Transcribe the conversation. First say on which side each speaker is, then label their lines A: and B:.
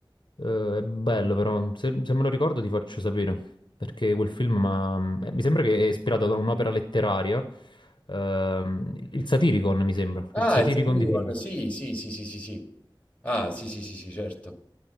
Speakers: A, on the left; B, on the left.
A: Eh, è bello però, se se me lo ricordo ti faccio sapere perché quel film ma, mi sembra che è ispirato da un'opera letteraria, ehm, il Satiricon mi sembra,
B: Ah,
A: il Satiricon
B: il Saturn,
A: di Fellini.
B: sì, sì, sì, sì, sì, sì. Ah, sì, sì, sì, sì, certo.